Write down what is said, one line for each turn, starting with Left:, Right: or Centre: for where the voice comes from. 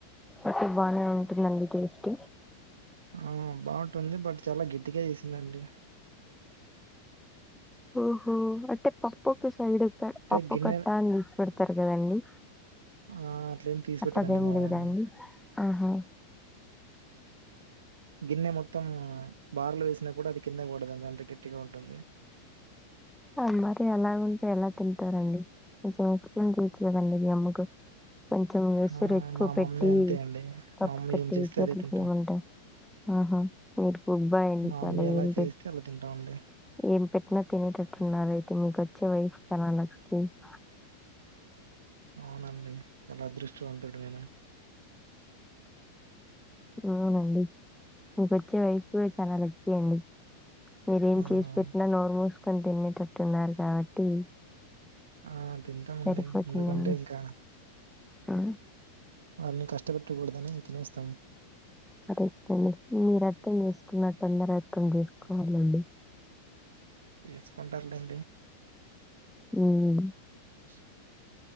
Centre: అంటే బానే ఉంటుందండి టేస్ట్
Right: ఆ బాగుంటుంది బట్ చాలా గట్టిగా చేసిందండి
Centre: ఓహో అంటే పప్పు ఒక సైడ్
Right: అంటే
Centre: పప్పు
Right: గిన్నె
Centre: కట్టా అని తీచి పెడతారు కదండి
Right: ఆ అట్లేమి తీసి
Centre: అట్లాగేం
Right: పెట్టదండి మా
Centre: లేదా
Right: మమ్మీ
Centre: అండి ఆహా
Right: గిన్నె మొత్తం బార్లు వేసినా కూడా అది కిందకి పడదండి అంత గట్టిగా ఉంటుంది
Centre: ఆ మరి అలాగ ఉంటే ఎలా తింటారండి కొంచెం హెల్ప్ చెయ్యచ్చు కదండి మీ అమ్మకు కొంచెం వెసురు
Right: ఆ
Centre: ఎక్కువ
Right: మా
Centre: పెట్టి
Right: మమ్మీ అంతే అండి
Centre: కప్పు
Right: మా మమ్మీ
Centre: కట్టి
Right: ఏం చేస్తే అదే
Centre: అట్ల
Right: తింటాం
Centre: చేయమంటే ఆహా మీకు
Right: మా మమ్మీ
Centre: <inaudible>
Right: ఎలా
Centre: ఏం
Right: చేస్తే
Centre: పెట్
Right: అలా తింటామండి
Centre: ఏం పెట్టిన తినేటట్టున్నారు అయితే మీకు వచ్చే వైఫ్ చాలా లక్కీ నీకు
Right: అవునండి చాలా అదృష్టవంతుడిని నేను
Centre: అవునండి మీకు వచ్చే వైఫ్ కూడా చాలా లక్కే అండి మీరేం
Right: అవునవును
Centre: చేసి పెట్టినా నోరు మూసుకొని తినేటట్టున్నారు కాబట్టి
Right: ఆ తింటామండి
Centre: సరిపోతుందండి
Right: ఎందుకంటే ఇంకా
Centre: ఆ
Right: వాళ్ళని కష్టపెట్టకూడదని తినేస్తాం
Centre: కరెక్ట్ అండి మీరు అర్థం చేసుకున్నట్టు అందరు అర్థం చేసుకోవాలండి
Right: చేసుకుంటారులేండి
Centre: మ్మ్
Right: చ్